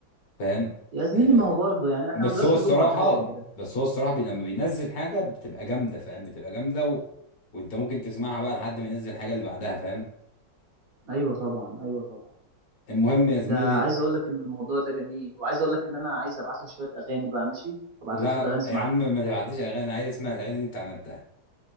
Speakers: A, on the left; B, on the right.
A: فاهم
B: يا زميلي
A: آه،
B: ما هو برضه يعني احنا
A: بس
B: ما نقدرش
A: هو الصراحه
B: نلومه على حاجه زي كده
A: بس هو الصراحه بي لما بينزل حاجه بتبقى جامده فاهم بتبقى جامده و... وانت ممكن تسمعها بقى لحد ما ينزل الحاجه اللي بعدها فاهم
B: ايوه طبعا ايوه طبعا
A: المهم يا زميلي
B: ده عايز اقول لك ان الموضوع ده جميل وعايز اقول لك ان انا عايز ابعت لك شويه اغاني بقى ماشي ابعت
A: لا
B: لك شويه اغاني اسمعها
A: يا عم ما تبعتليش اغاني أنا عايز اسمع الاغاني اللي انت عملتها